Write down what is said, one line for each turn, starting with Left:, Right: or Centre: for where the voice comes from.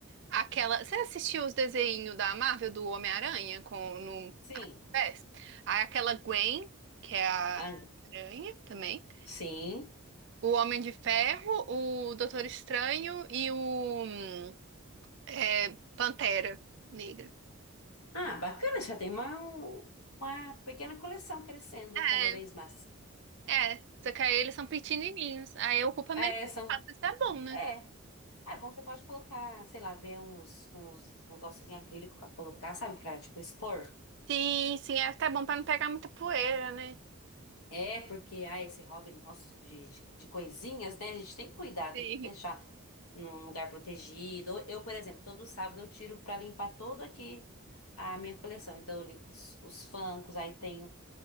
Right: aquela. Você assistiu os desenhos da Marvel do Homem-Aranha com no
Left: Sim.
Right: pés? Aí aquela Gwen, que é a
Left: Ah,
Right: Aranha também.
Left: sim.
Right: O Homem de Ferro, o Doutor Estranho e o hum, é, Pantera Negra.
Left: Ah, bacana, já tem uma, um, uma pequena coleção crescendo
Right: É,
Left: cada vez mais.
Right: é. Só que aí eles são pequenininhos. Aí ocupa
Left: É,
Right: menos espaço,
Left: são.
Right: isso é bom, né?
Left: É. É bom, você pode colocar, sei lá, ver uns, uns negócios em acrílico pra colocar, sabe? Pra, tipo, expor.
Right: Sim, sim, é até bom pra não pegar muita poeira, né?
Left: É, porque, ah, esse hobby nosso de, de, de coisinhas, né? A gente tem que cuidar,
Right: Sim.
Left: tem que deixar num lugar protegido. Eu, por exemplo, todo sábado eu tiro pra limpar todo aqui a minha coleção. Então, eu limpo os, os funkos, aí tenho,